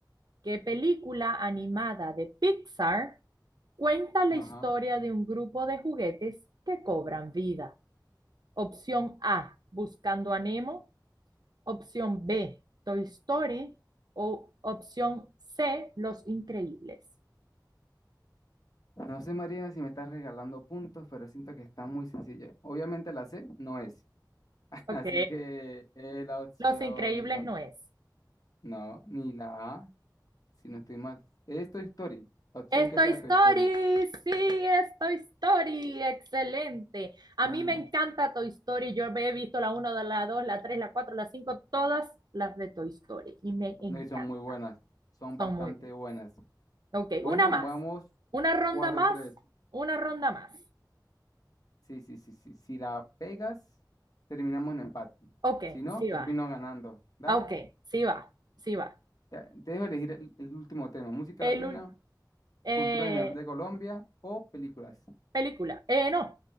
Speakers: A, on the right; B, on the left.
A: qué película animada de Pixar cuenta la
B: Ajá.
A: historia de un grupo de juguetes que cobran vida? Opción A, Buscando a Nemo. Opción B, Toy Story. O opción C, Los Increíbles.
B: No sé, Mariana, si me estás regalando puntos, pero siento que está muy sencilla. Obviamente la C no es, <laughs>
A: Ok.
B: así que eh, la opción
A: Los Increíbles
B: no,
A: no es.
B: no, ni la A, si no estoy mal. Es Toy Story, opción
A: Estoy
B: que sea
A: Story,
B: tu historia.
A: sí, Toy Story, excelente. A
B: No,
A: mí me encanta Toy Story, yo he visto la uno, la 2, la 3, la 4, la 5, todas las de Toy Story y me encantan,
B: no, y son muy buenas, son
A: son
B: bastante
A: muy buenas.
B: buenas.
A: Ok,
B: Bueno,
A: una más,
B: vamos
A: una ronda
B: cuatro
A: más,
B: tres
A: una ronda más.
B: Sí, sí, sí, sí. Si la pegas, terminamos en empate.
A: Ok,
B: Si no,
A: sí
B: termino
A: va,
B: ganando. Dale,
A: ok, sí va, sí va.
B: ya, te dejo elegir el el último tema, música
A: El,
B: latina
A: ul- eh,
B: cultura general de Colombia o películas.
A: película, eh, no,